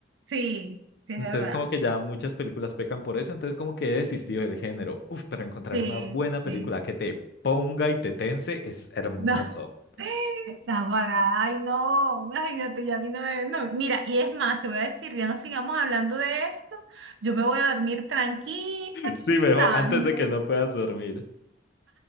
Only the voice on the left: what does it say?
Entonces
como que ya muchas películas pecan por eso, entonces como que he desistido del género. Uf, pero encontrar
una buena película
que te ponga y te tense es hermoso.
<laughs>
Sí,
mejor
antes de
que no puedas dormir.